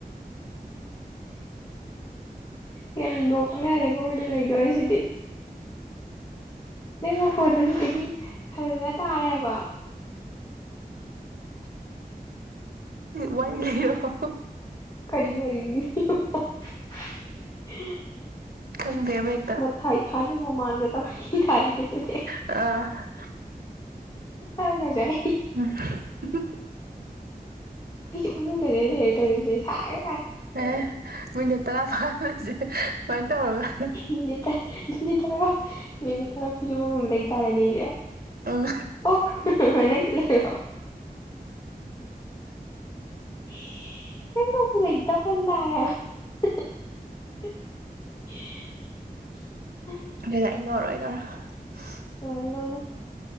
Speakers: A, on the left; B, on the right.
A: ꯀꯔꯤ ꯅꯣꯛꯅꯔꯒ ꯑꯣꯏꯅ ꯂꯩꯗꯣꯔꯦꯁꯤꯗꯤ ꯅꯪ ꯃꯈꯣꯟꯗꯨꯗꯒꯤ ꯍꯟꯂꯥ ꯇꯥꯔꯦꯕ
B: ꯋꯥꯔꯤ ꯂꯤꯔꯛꯑꯣ
A: ꯀꯔꯤ ꯑꯣꯏꯔꯤꯒꯦ <inaudible>
B: ꯈꯪꯗꯦ ꯑꯃ ꯍꯦꯛꯇꯥ
A: ꯃꯊꯥꯏ <unintelligible>
B: ꯑ
A: ꯑ ꯀꯥꯢꯖꯨ ꯍꯥꯢꯔꯤꯌꯦ
B: <inaudible>
A: ꯐꯩꯖꯨꯞ ꯃꯅꯨꯡꯗꯅꯦ ꯑꯩꯅ ꯂꯩꯔ ꯇꯧꯔꯛ ꯏꯁꯦ ꯁꯥꯔꯥ
B: ꯑꯦ ꯃꯤꯅꯤꯠ ꯇꯔꯥ ꯐꯥꯗꯣꯢꯁꯦ ꯁꯨꯃꯥꯏꯅ ꯇꯧꯔꯒ
A: ꯃꯤꯅꯤꯠ ꯃꯤꯅꯤꯠ ꯇꯔꯥ ꯃꯤꯅꯤꯠ ꯇꯔꯥ ꯐꯩꯖꯨꯞ ꯃꯅꯨꯡꯗ ꯂꯩ ꯇꯔꯦꯅꯦ ꯑꯩꯁꯦ
B: ꯎꯝ
A: ꯑꯣ ꯅꯪꯁꯨ ꯂꯩꯔꯣ <inaudible>
B: ꯑꯗꯨꯗꯤ ꯑꯩ ꯅꯣꯛꯑꯔꯣꯢ ꯅꯣꯛꯑꯔꯣꯢ <inaudible>
A: ꯅꯣꯛꯑꯅꯨ ꯅꯣꯛꯑꯅꯨ